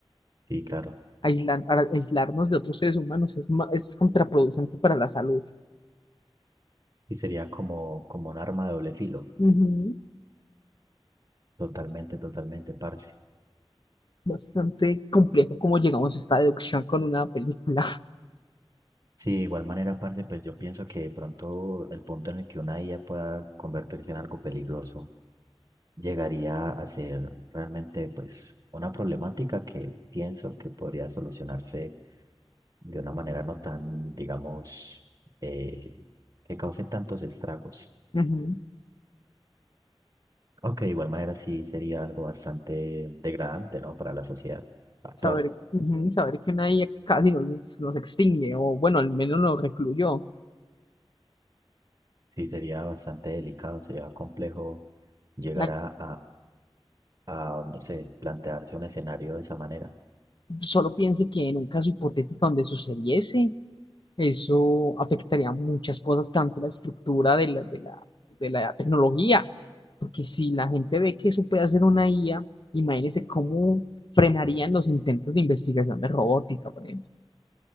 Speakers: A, on the right; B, on the left.
A: Sí, claro.
B: Aislan- a- aislarnos de otros seres humanos es, ma- es contraproducente para la salud.
A: Y sería como, como un arma de doble filo.
B: Ujú,
A: Totalmente, totalmente, parce.
B: Bastante complejo cómo llegamos a esta deducción con una película.
A: Sí, de igual manera, parce, pues yo pienso que de pronto el punto en el que una IA pueda convertirse en algo peligroso llegaría a ser realmente pues una problemática que pienso que podría solucionarse de una manera no tan, digamos, eh, que cause tantos estragos.
B: <laughs>
A: Aunque de igual manera sí sería algo bastante degradante, ¿no? Para la sociedad actual.
B: Saber, ujú, saber que una IA casi nos, nos extingue, o bueno, al menos nos recluyó.
A: Sí, sería bastante delicado, sería complejo llegar
B: La-
A: a, a, no sé, plantearse un escenario de esa manera.
B: solo piense que en un caso hipotético donde sucediese, eso afectaría muchas cosas, tanto la estructura de la, de la, de la tecnología, porque si la gente ve que eso puede hacer una IA, imagínese cómo frenarían los intentos de investigación de robótica, por ejemplo.